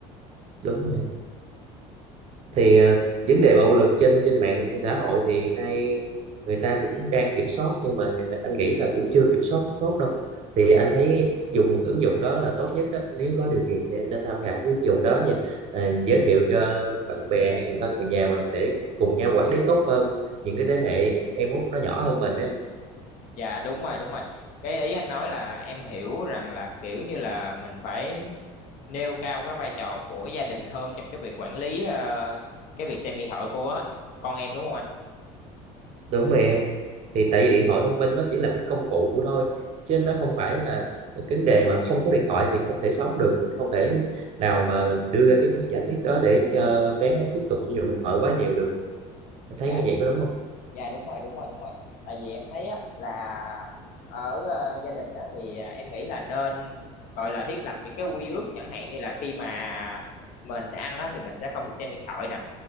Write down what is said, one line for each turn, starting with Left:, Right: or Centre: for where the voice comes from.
Right: đúng rồi thì ờ, vấn đề bạo lực trên trên mạng xã hội thì hiện nay người ta cũng đang kiểm soát nhưng mà anh nghĩ là cũng chưa kiểm soát tốt đâu thì anh thấy dùng một ứng dụng đó là tốt nhất đó nếu có điều kiện thì anh nên tham khảo cái ứng dụng đó nha Ờ, giới thiệu cho bạn bè hay người thân người nhà mình để mình cùng nhau quản lý tốt hơn những cái thế hệ em út nó nhỏ hơn mình đấy
Left: Dạ đúng rồi, đúng rồi. Cái ý anh nói là em hiểu rằng là kiểu như là mình phải nêu cao cái vai trò của gia đình hơn trong cái việc quản lý ờ, cái việc xem điện thoại của con em đúng không anh?
Right: đúng rồi em thì tại vì điện thoại thông minh nó chỉ là cái công cụ thôi chứ nó không phải là cái vấn đề mà không có điện thoại thì không thể sống được mình không thể nào mà mình đưa ra cái giả thuyết đó để cho bé nó tiếp tục sử dụng điện thoại quá nhiều được anh thấy
Left: Dạ,
Right: như vậy có đúng không
Left: dạ đúng rồi, đúng rồi, đúng rồi. Tại vì em thấy á là ở ờ, gia đình á thì à, em nghĩ là nên gọi là thiết lập những cái quy ước chẳng hạn như là khi mà mình ăn á thì mình sẽ không được xem điện thoại nè.